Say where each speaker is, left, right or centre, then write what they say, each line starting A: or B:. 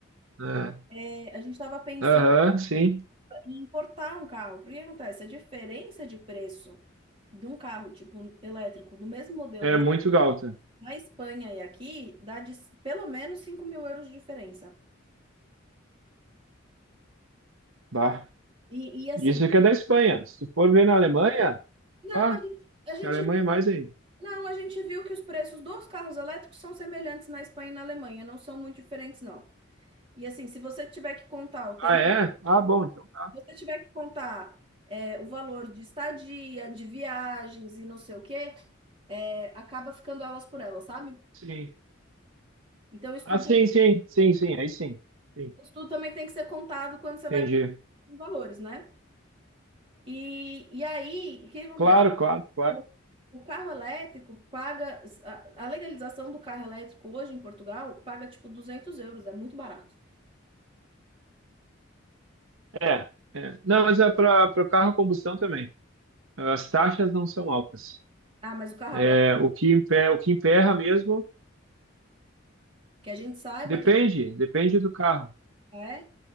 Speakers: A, on the right (about 80°); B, on the right (about 25°).
A: É.
B: É, a gente estava pensando
A: Aham, sim.
B: em importar um carro. Porque o que acontece? A diferença de preço de um carro, tipo, elétrico, do mesmo modelo
A: É
B: na,
A: muito galta.
B: na Espanha e aqui, dá de, s- pelo menos cinco mil euros de diferença.
A: Bah.
B: E, e assim,
A: Isso aqui é da Espanha. Se tu for ver na Alemanha,
B: não,
A: ah,
B: a gente, a gente,
A: na Alemanha é mais ainda.
B: não, a gente viu que os preços dos carros elétricos são semelhantes na Espanha e na Alemanha, não são muito diferentes, não. E assim, se você tiver que contar o tempo,
A: Ah, é?
B: se
A: Ah, bom, então. tá.
B: você tiver que contar é, o valor de estadia, de viagens e não sei o quê, é, acaba ficando elas por elas, sabe?
A: Sim.
B: Então, isso
A: Ah,
B: tudo,
A: sim, sim, sim, sim, aí sim. Sim,
B: isso tudo também tem que ser contado quando você
A: entendi.
B: vai com valores, né? E, e aí, o que acontece?
A: Claro, claro, claro.
B: O, o carro elétrico paga, a, a legalização do carro elétrico hoje em Portugal paga tipo 200 euros, é muito barato.
A: É, é. Não, mas é para para carro a combustão também. As taxas não são altas.
B: Ah, mas o carro,
A: É, o que emperra, o que emperra mesmo
B: que a gente saiba
A: depende,
B: que a gente
A: depende do carro,
B: é,